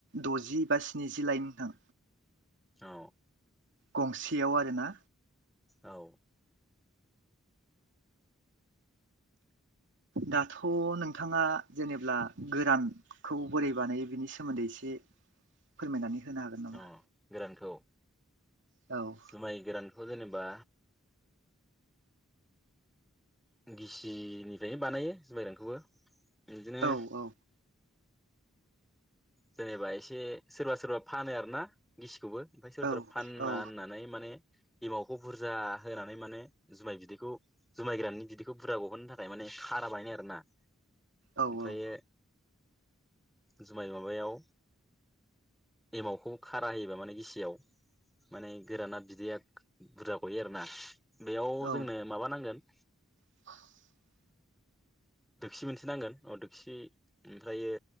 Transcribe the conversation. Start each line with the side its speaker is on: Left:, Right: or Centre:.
Right: द'जि बा स्निजि लायो नोंथां
Centre: औ
Right: गंसेयाव आरोना
Centre: औ
Right: दाथ' नोंथाङा जेनेब्ला गोरान खौ बोरै बानायो बिनि सोमोन्दै एसे फोरमायनानै होनो हागोन नामा
Centre: अ गोरानखौ
Right: औ
Centre: जौमाइ गोरानखौ जेनेबा गिसिनिफ्रायनो बानायो जौमाइ गोरानखौबो बिदिनो
Right: औ औ
Centre: जेनेबा एसे सोरबा सोरबा फानो आरोना गिसिखौबो ओमफ्राय सोरबा
Right: औ
Centre: सोरबा फाना
Right: औ
Centre: होनोना नाय माने एमावखौ बुरजा होनानै माने जौमाइ बिदैखौ जौमाइ गोराननि बिदैखौ बुरजा गहोनो थाखाय माने खारा बायनायनो आरोना <unintelligible>
Right: औ
Centre: ओमफ्रायो
Right: औ
Centre: जौमाइ माबायाव एमावखौबो खारा होयोबा माने गिसियाव माने गोराना बिदैया बुरजा गयो आरोना बेयाव
Right: औ
Centre: जोंनो माबानांगोन
Right: <inaudible>
Centre: दोखसि मोनसे नांगोन अ दोखसि ओमफ्रायो